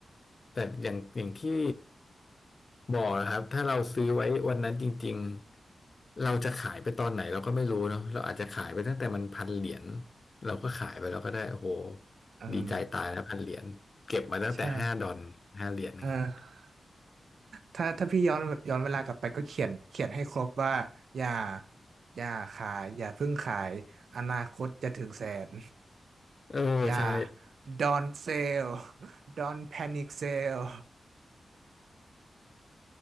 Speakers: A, on the left (about 50°); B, on the right (about 75°).
A: แต่อย่างอย่างที่บอกนะครับ ถ้าเราซื้อไว้วันนั้นจริงๆ เราจะขายไปตอนไหนเราก็ไม่รู้เนาะเราอาจจะขายไปตั้งแต่มันพันเหรียญ เราก็ขายไปเราก็ได้โอ้โห
B: เออ
A: ดีใจตายแล้วพันเหรียญเก็บมาตั้งแต่ห้าดอนห้าเหรียญอย่างเงี้ย
B: ใช่เออถ้าถ้าพี่ย้อนย้อนเวลากลับไปก็เขียนเขียนให้ครบว่าอย่าอย่าขายอย่าเพิ่งขายอนาคตจะถึงแสน
A: เออใช่
B: อย่า don't sell <laughs> don't panic sell